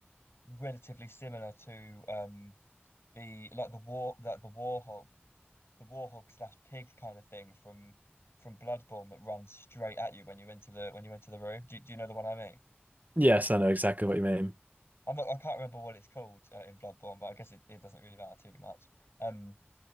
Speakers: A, on the left; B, on the right.
A: relatively similar to um the like the war like the warhog the warhog slash pig kind of thing from from Bloodborne that runs straight at you when you enter the when you enter the room. Do, do you know the one I mean?
B: Yes, I know exactly what you mean.
A: I'm not I can't remember what it's called uh, in Bloodborne, but I guess it, it doesn't really matter too much. Um,